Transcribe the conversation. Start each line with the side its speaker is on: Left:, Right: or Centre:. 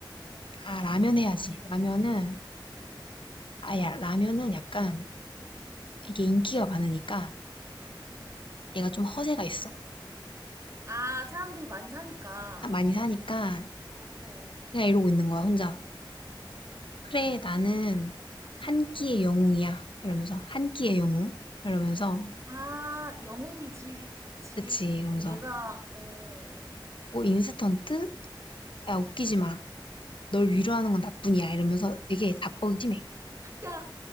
Right: 어.
Left: 아, 라면 해야지. 라면은, 아, 야, 라면은 약간, 이게 인기가 많으니까,
Right: 응.
Left: 얘가 좀 허세가 있어.
Right: 아, 사람들이 많이 사니까.
Left: 많이 사니까,
Right: 어.
Left: 그냥 이러고 있는 거야, 혼자. 그래, 나는 한 끼의 영웅이야. 이러면서, 한 끼의 영웅? 이러면서,
Right: 아, 영웅이지. 그치.
Left: 그치, 이러면서,
Right: 얘가, 어. 어, 어.
Left: 어, 인스턴트? 야, 웃기지 마. 널 위로하는 건 나뿐이야. 이러면서 되게 자뻑이심해.
Right: 야,